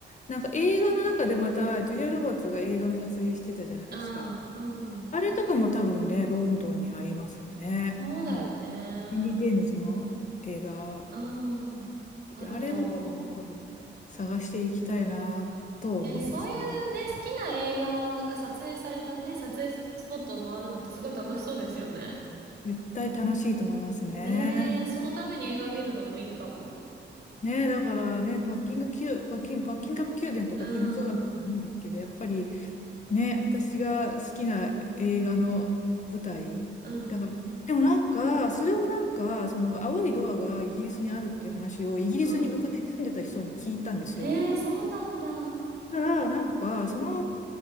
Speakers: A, on the left (about 40°); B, on the right (about 55°).
A: なんか映画の中でまた、ジュリア・ロバーツが映画の撮影してたじゃないですか。
B: うん、うん。
A: あれとかも多分ね、ロンドンにありますよね。
B: そうだよね。
A: あの、インディ・ジェームスの映画
B: うん。あると思う。
A: で、あれもちょっと探していきたいなと思いますね。
B: えーそういうね、好きな映画が撮影されたね、撮影スポットを回るのってすごい楽しそうですよね。
A: 絶対楽しいと思いますね。
B: ねえ、そのために映画見るのもいいかも。
A: ねえ、だからね、バッキング宮、バッキン、バッキンガム宮殿とかテムズ川とかもいいですけど、
B: うん、
A: やっぱりね、私が好きな映画の舞台。
B: うん、
A: だから、でもなんか、それをなんか、その青いドアがイギリスにあるっていう話をイギリスに昔住んでた人に聞いたんですよ。
B: うん。えー、そうなんだ。
A: だから、なんか、その